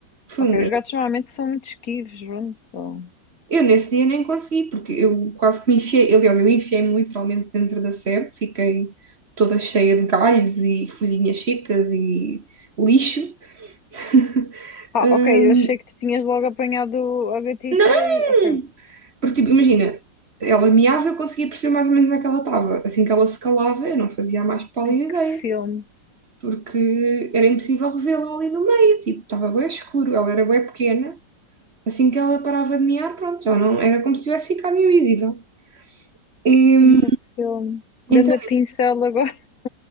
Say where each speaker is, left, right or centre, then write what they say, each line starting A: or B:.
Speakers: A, on the right; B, on the left.
A: foi
B: Ok,
A: um grande
B: os gatos normalmente são muito esquivos, pronto. Então.
A: Eu nesse dia nem consegui, porque eu quase que me enfiei, aliás, eu enfiei-me literalmente dentro da sebe, fiquei toda cheia de galhos e folhinhas secas e lixo. <laughs>
B: Ah,
A: Hum,
B: ok, eu achei que tu tinhas logo apanhado a gatita
A: não!
B: e. Ok.
A: Porque, tipo, imagina, ela meava, eu conseguia perceber mais ou menos onde é que ela estava. Assim que ela se calava, eu não fazia a mais pálida
B: Ai,
A: ideia,
B: que filme.
A: porque era impossível revê-la ali no meio, tipo, estava bem escuro, ela era bem pequena. Assim que ela parava de mear, pronto, já não, era como se tivesse ficado invisível. E,
B: Ganda filme.
A: então,
B: Ganda pincel
A: nesse
B: agora. <laughs>